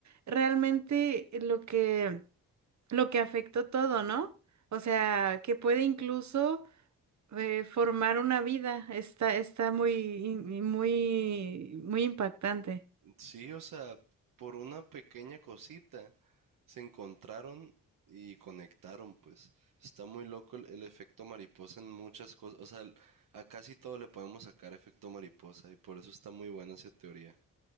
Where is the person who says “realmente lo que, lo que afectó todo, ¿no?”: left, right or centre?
Right